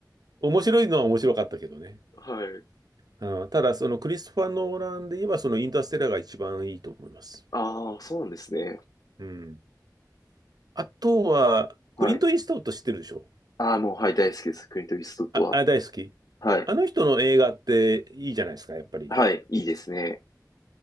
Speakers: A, on the right; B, on the left.
A: 面白いのは面白かったけどね。
B: はい。
A: うん、ただ、そのクリストファー・ノーランで言えば、そのインターステラーが一番いいと思います。
B: ああ、そうなんですね。
A: うん。あとは、
B: はい。
A: クリント・イーストウッド知ってるでしょ
B: ああ、もう、はい、大好きです。クリント・イーストウッドは。
A: あ、あ、大好き。
B: はい。
A: あの人の映画っていいじゃないですか、やっぱり。
B: はい、いいですね。